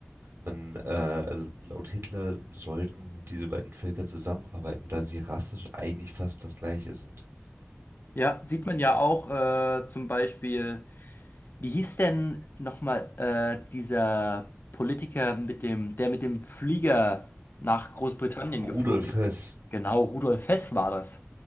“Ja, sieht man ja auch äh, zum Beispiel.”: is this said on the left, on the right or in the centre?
Left